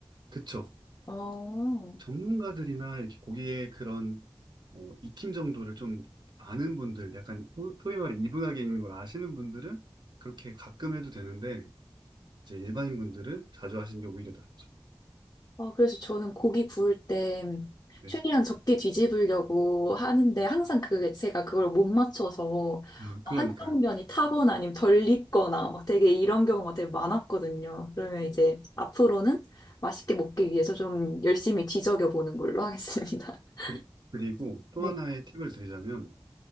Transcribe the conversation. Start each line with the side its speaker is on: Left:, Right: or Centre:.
Right: 그쵸.
Left: 어.
Right: 전문가들이나 이렇게 고기의 그런 어, 익힘 정도를 좀 아는 분들, 약간 소- 소위 말해 이분하게 익는 걸 아시는 분들은 그렇게 가끔 해도 되는데 이제 일반인 분들은 자주 하시는 게 오히려 낫죠.
Left: 어, 그래서 저는 고기 구울 때
Right: 네,
Left: 최대한 적게 뒤집으려고 하는데 항상 그 제가 그걸 못 맞춰서
Right: 어,
Left: 한쪽
Right: 그러니까요.
Left: 면이 타거나 아니면 덜 익거나 막 되게 이런 경우가 되게 많았거든요. 그러면 이제 앞으로는 맛있게 먹기 위해서 좀 열심히 뒤적여 보는 걸로 하겠습니다.
Right: 그리, 그리고
Left: <laughs>
Right: 또
Left: 네.
Right: 하나의 팁을 드리자면